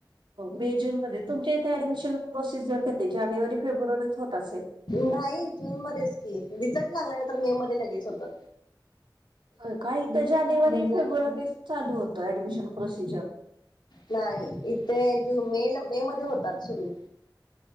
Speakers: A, on the right; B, on the left.
A: मे जून मध्ये... तुमच्या इथे ऍडमिशन प्रोसिजर कधी? जानेवारी फेब्रुवारीत होत असेल.
B: न्हाई.. जून मध्येच की... रिझल्ट लागल्या नंतर मे मध्ये... लगेच होतात
A: होय का.... इथं जानेवारी, फेब्रुवारी चालू होतं ऍडमिशन प्रोसिजर
B: नाई... इथे जून, मे... मे मध्ये होतात सुरू